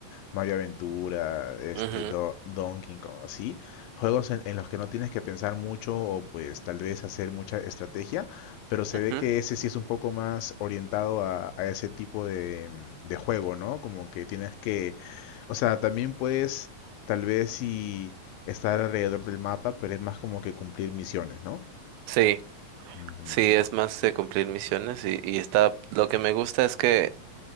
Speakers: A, on the left; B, on the right.
A: Mario Aventura, este,
B: Ujú,
A: Do- Donkey Kong, así. Juegos en, en los que no tienes que pensar mucho o pues tal vez hacer mucha estrategia, pero se
B: ujú.
A: ve que ese sí es un poco más orientado a, a ese tipo de, mm, de juego, ¿no? Como que tienes que, o sea, también puedes tal vez sí estar alrededor del mapa, pero es más como que cumplir misiones, ¿no?
B: Sí.
A: Ujú,
B: Sí, es más de cumplir misiones y, y está, lo que me gusta es que